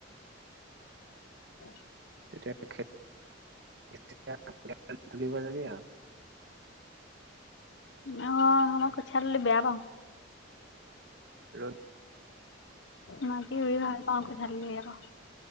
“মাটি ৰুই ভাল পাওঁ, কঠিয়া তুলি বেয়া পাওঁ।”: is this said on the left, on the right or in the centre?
Left